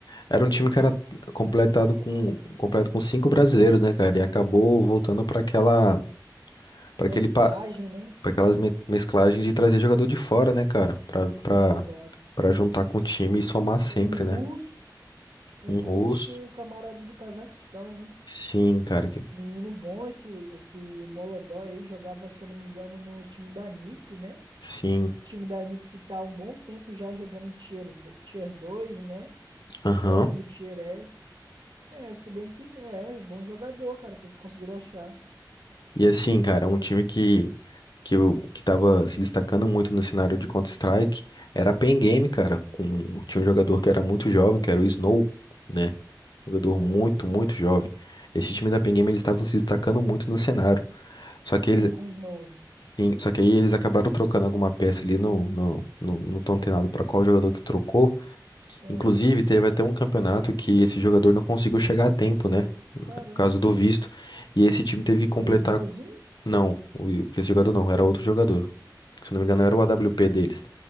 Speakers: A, on the left (about 65°); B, on the right (about 85°).
A: Era um time que era completado com completo com cinco brasileiros, né, cara? E acabou voltando para aquela para
B: Mesclagem,
A: aquele para
B: né?
A: aquelas me- mesclagens de trazer jogador de fora, né, cara? Pra para
B: Exato.
A: para juntar com o time e somar sempre,
B: Um russo.
A: né?
B: Um
A: Um russo.
B: russo e um camarada do Cazaquistão, né?
A: Sim, cara. que-
B: Menino bom, esse, esse Molodói aí jogava, se eu não me engano, no time da NiP, né?
A: Sim.
B: Time da NiP que tá há um bom tempo já jogando Tier, do- tier 2, né?
A: Aham.
B: Fora do Tier S. É, se bem que é, bom jogador, cara, que eles conseguiram achar.
A: E assim, cara, um time que que eu, que tava se destacando muito no cenário de Counter-Strike era a Pen Game, cara, com tinha um jogador que era muito jovem, que era o Snow. né? Jogador
B: Uhum.
A: muito, muito jovem. Esse time da Pen Game, eles estavam se destacando muito no cenário. Só
B: Sim,
A: que eles,
B: com o Snow.
A: em- só que aí eles acabaram trocando alguma peça ali, não, não, não, não tão antenado para qual jogador que trocou.
B: Ah,
A: Inclusive, teve até um campeonato que esse jogador não conseguiu chegar a tempo, né? No
B: caramba.
A: caso do visto. E esse time teve que completar.
B: Do Snowzinho?
A: Não, o, que esse jogador não, era outro jogador. Se eu não me engano, era
B: Hum,
A: o A W P deles.